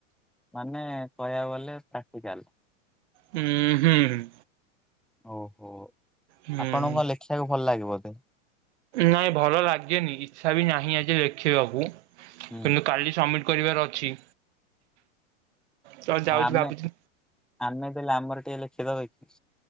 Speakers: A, in the centre; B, on the right.
A: ମାନେ କହିବାକୁ ଗଲେ ପ୍ରାକ୍ଟିକାଲ।
B: ହୁଁ ହୁଁ।
A: ଓହୋ
B: ହୁଁ
A: ଆପଣଙ୍କ ଲେଖିବାକୁ ଭଲ ଲାଗେବଧେ?
B: ନାଇଁ ଭଲ ଲାଗେନି ଇଚ୍ଛା ବି ନାହିଁ ଆଜି ଲେଖିବାକୁ
A: ହୁଁ
B: କିନ୍ତୁ କାଲି ସବମିଟ୍ କରିବାର ଅଛି। ତ ଯାଉଛି
A: ହୁଁ ଆମେ
B: ଭାବୁଛି
A: ଆମେ ଦେଲେ ଆମର ଟିକେ ଲେଖି ଦେବକି?